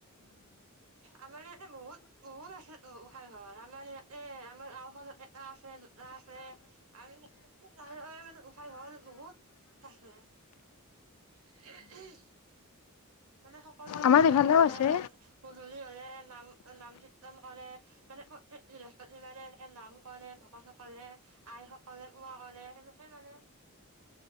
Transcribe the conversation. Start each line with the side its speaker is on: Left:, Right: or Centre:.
Right: আমাৰ ইয়াতে বহুত বহুত আছে গোসাই ঘৰত আমাৰ ইয়াতে আমাৰ গাওখনত এটা আছে দুটা আছে আম আৰু মানে গোসাঁই ঘৰ বহুত আছে। <unintelligible> মানে স সকলোৰে
Left: আমাৰ
Right: গোসাঁই
Left: ইফালেও
Right: ঘৰ আছৈ
Left: আছে।
Right: নাম গধূল কি <unintelligible> নাম নাম কৃতন কৰে। মানে প্ৰতেক বৃহস্পতিবাৰে এনেকে নাম কৰে ভকত সকলে আই সকলে পুৱা কৰে সেনেকে মানে